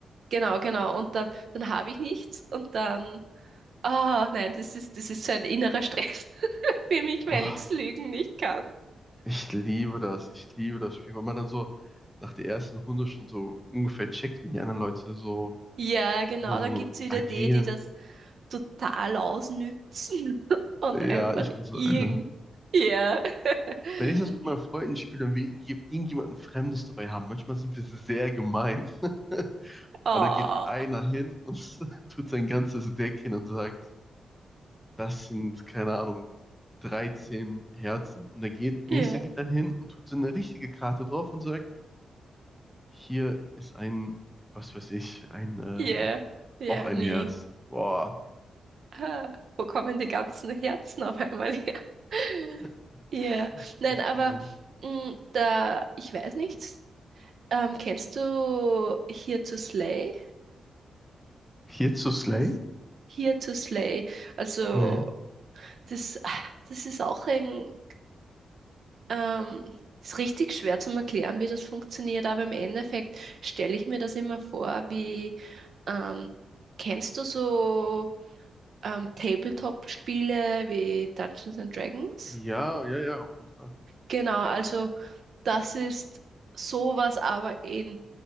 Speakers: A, on the right; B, in the centre.
A: Genau, genau. Und dann, dann habe ich nichts und dann, ah nein, das ist, das ist so ein innerer Stress <laughs> für mich, weil
B: Oh,
A: ich lügen nicht kann.
B: ich liebe das. Ich liebe das Spiel, weil man dann so nach der ersten Runde schon so ungefähr checkt, wie die anderen Leute so,
A: Ja, genau,
B: so, so
A: dann
B: so
A: gibt es wieder
B: agieren.
A: die, die das total ausnützen <laughs> und
B: Ja,
A: einfach
B: ich bin so
A: irgend.
B: einer.
A: Ja. <laughs>
B: Wenn ich das mit meinen Freunden spiele und wir irgendje- irgendjemanden Fremdes dabei haben, manchmal sind wir sehr gemein. <laughs>
A: Oh,
B: Und dann geht einer hin und <laughs> tut sein ganzes Deck hin und sagt, Das sind, keine Ahnung, 13 Herzen. Und der geht,
A: ja,
B: nächste geht dann hin und tut so eine richtige Karte drauf und sagt, hier ist ein, was weiß ich, ein, äh,
A: ja, ja,
B: auch ein
A: nee.
B: Herz. Boah,
A: <laughs> Ah, wo kommen die ganzen Herzen auf einmal her? <laughs>
B: <laughs>
A: Ja, nein,
B: das ist
A: aber
B: gemein.
A: mh, da, ich weiß nicht, ähm, kennst du Here to Slay?
B: Hier zu
A: Das
B: Slay?
A: ist Here to Slay. Also,
B: Nö.
A: das, ah, das ist auch ein, ähm, ist richtig schwer zu erklären, wie das funktioniert, aber im Endeffekt stelle ich mir das immer vor, wie, ähm, kennst du so ähm, Tabletop-Spiele wie Dungeons and Dragons?
B: Ja, ja, ja, auf jeden Fall.
A: Genau, also das ist sowas, aber in